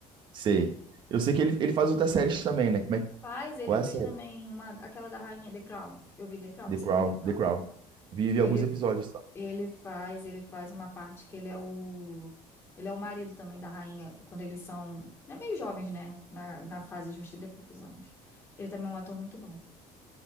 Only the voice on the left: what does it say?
Faz, ele
fez
também uma... aquela da Rainha The Crown. Eu vi The Crown,
você
viu The Crown?
Ele,
ele faz, ele faz uma parte que ele é o. Ele é o marido também da rainha, quando eles são, né, meio jovens, né? Na, na fase de uns 30 e poucos anos. Ele também é um ator muito bom.